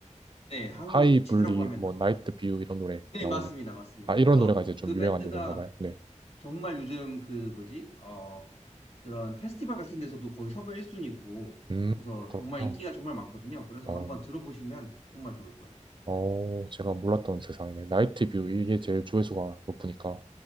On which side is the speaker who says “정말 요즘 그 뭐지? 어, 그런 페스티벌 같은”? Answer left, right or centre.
Left